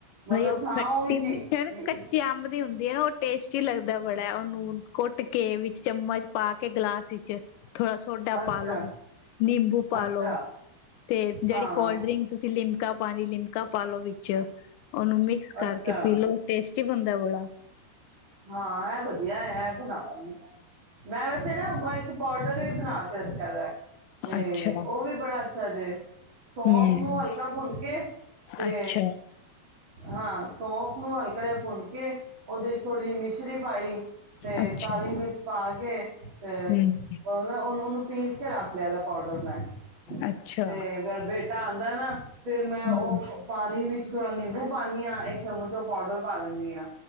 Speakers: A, on the right; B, on the left.
A: ਮਤਲਬ
B: ਉਹ
A: ਹਾਂ
B: ਖੱਟੀ
A: ਵੀ ਜੀ
B: ਮਿਰਚ
A: ਜੀ
B: ਕੱਚੇ ਅੰਬ ਦੀ ਹੁੰਦੀ ਵੇ ਔ, ਟੇਸਟੀ ਲੱਗਦਾ ਬੜਾ ਉਹਨੂੰ, ਕੁੱਟ ਕੇ ਵਿ ਚਮਚ ਪਾ ਕੇ ਗਲਾ ਸੀ ਚ, ਥੋੜਾ ਸੋਡਾ
A: ਅੱਛਾ,
B: ਪਾਲੋ ਨਿੰਬੂ ਪਾ
A: ਅੱਛਾ
B: ਲੋ ਤੇ ਜਿਹੜੀ
A: ਹਾਂ,
B: ਕੋਲਡ ਡਰਿੰਕ ਤੁਸੀਂ ਲਿਮਕਾ ਪਾਣੀ ਲਿਮਕਾ ਪਾਲੋ ਵਿੱਚ, ਉਹਨੂੰ ਮਿਕਸ
A: ਅੱਛਾ
B: ਕਰਕੇ ਪੀ ਲਉ ਟੇਸਟੀ ਬਣ ਐ ਬਾਲਾ,
A: ਹਾਂ ਇਹ ਵਧੀਆ ਬਣਾਵਾਂਗੀ ਮੈੰ, ਮੈਂ ਵੈਸੇ ਨਾ ਇੱਕ ਪਾਊਡਰ ਵੀ ਬਣਾ ਕੇ, ਰੱਖਿਆ ਦਾ ਤੇ
B: ਅੱਛਾ
A: ਉਹ ਵੀ ਬੜਾ ਅੱਛਾ, ਹੰਮ। ਸੌਂਫ
B: ਹਮ
A: ਨੂੰ ਹਲਕਾ ਭੁੰਨ ਕੇ, ਤੇ
B: ਅੱਛਾ
A: ਹਾਂ ਸੌਂਫ ਨੂੰ ਹਲਕਾ ਜਿਹਾ ਭੁੰਨ ਕੇ ਥੋੜੀ ਜੀ ਮਿਸ਼ਰੀ ਸ਼੍ਰੀ ਪਾਈ ਤੇ
B: ਅੱਛਾ
A: ਕਾਲੀ ਮਿਰਚ ਪਾ ਕੇ, ਤੇ
B: ਹਮ
A: ਉਹ ਨਾ ਉਹਨ-ਉਹਨੂੰ ਪੀਸ ਕੇ ਰੱਖ ਲਿਆ ਇਦਾ ਪਾਊਡਰ ਮੈਂ।
B: ਅੱਛਾ
A: ਤੇ ਫੇਰ ਬੇ ਆਉਂਦਾ ਨਾ ਫਿਰ ਮੈਂ
B: ਹਮ
A: ਉਹ ਪਾਣੀ ਵਿੱਚ ਥੋੜਾ ਨਿੰਬੂ ਪਾਂਦੀ ਹਾਂ, ਇੱਕ ਚਮਚ ਉਹ ਪਾਊਡਰ ਪਾ ਲੈਂਦੀ ਹਾਂ।